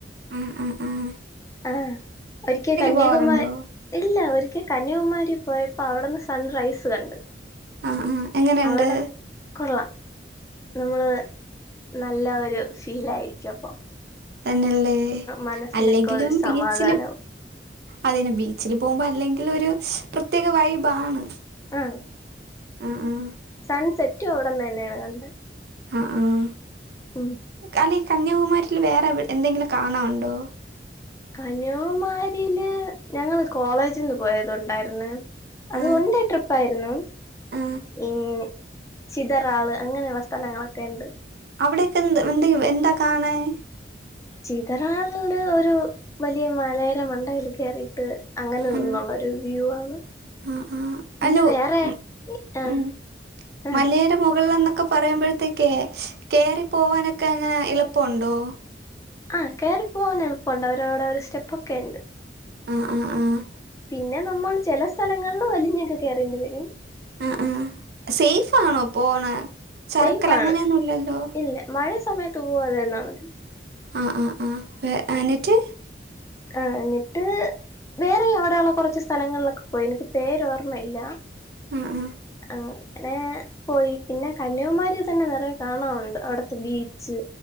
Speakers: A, on the right; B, on the left.
A: ഉം ഉം ഉം
B: ആഹ് ഒരിക്ക കന്യാകുമാ
A: പോവാറുണ്ടോ
B: ഇല്ല. ഒരിക്കൽ കന്യാകുമാരി പോയപ്പോ അവിടെന്ന് സൺ റൈസ് കണ്ട്.
A: ആഹ് ആഹ് എങ്ങനെണ്ട്.
B: അവിടെ കൊള്ളാം നമ്മള് നല്ല ഒരു ഫീലായിരിക്യു അപ്പൊ.
A: തന്നല്ലേ.
B: മനസ്സിനൊക്കെ
A: അല്ലെങ്കിലും
B: ഒരു സമാധാനം
A: ബിച്ചില് അതിന് ബീച്ചിൽ പോകുമ്പോ അല്ലെങ്കിലൊരു പ്രത്യേക വൈബാണ്.
B: ഉം
A: ആഹ് ആഹ്
B: സൺ സെറ്റും അവിടെന്ന് തന്നെയാണ് കണ്ട.
A: അഹ് ആഹ്
B: ഉം
A: അല്ലെ ഈ കന്യാകുമാരിൽ വേറെ എന്തെങ്കിലും കാണാണ്ടോ?
B: കന്യാകുമാരിയില് ഞങ്ങള് കോളേജിൽ ന്ന് പോയത് ണ്ടായിര്ന്ന്. അത്
A: ആ
B: വണ്ടേ ട്രിപ്പ്. ട്രിപ്പായിരുന്നു.
A: ആ
B: ഇൻ ചിതറാള് അങ്ങനെയുള്ള സ്ഥലങ്ങളൊക്കെ ണ്ട്.
A: അവിടെക്കെ എന്ത് എന്ത എന്താ കാണാൻ.
B: ചിതറാൾല് ഒരു വലിയ മലേടെ മണ്ടയിൽ കയറിട്ട് അങ്ങനെന്നുള്ള
A: ആ
B: ഒരു വ്യൂ ആണ്.
A: ആ ആ
B: പിന്നെ
A: അല്ല
B: വേറെ
A: ഉം,
B: ആഹ്
A: ഉം. മലയുടെ
B: ആഹ്
A: മുകളിൽ എന്നൊക്കെ പറയുമ്പോഴത്തേക്ക് കേറി പോവാനൊക്കെ എങ്ങനെ എളുപ്പണ്ടോ?
B: ആഹ്. കേറി പോവാൻ എളുപ്പണ്ട്. അവരോടെ ഒരു സ്റ്റെപ്പക്കെ ണ്ട്.
A: ആഹ് ആഹ് ആഹ്
B: പിന്നെ നമ്മൾ ചില സ്ഥലങ്ങൾള് വലിഞ്ഞൊക്കെ കേറേണ്ടി വരും.
A: ആഹ് ആഹ് സെയ്ഫാണോ പോണ. ചർക്കൽ
B: സേഫ്
A: അങ്ങനെന്നും
B: ആണ്
A: ല്ല ല്ലോ?
B: ഇല്ല മഴ സമയത്ത് പോവാതിരുന്ന മതി.
A: ആഹ് ആഹ് ആഹ് വേ എന്നിട്ട്.
B: ആഹ് എന്നിട്ട് വേറെ അവിടെള്ള കുറച്ച് സ്ഥലങ്ങളിലൊക്കെ പോയിനു. എനിക്ക് പേരോർമ്മയില്ല.
A: ആഹ് ആഹ്
B: അങ്ങനെ പോയി. പിന്നെ കന്യാകുമാരി തന്നെ നിറയെ കാണറുണ്ട്. അവിടുത്തെ ബീച്ച്.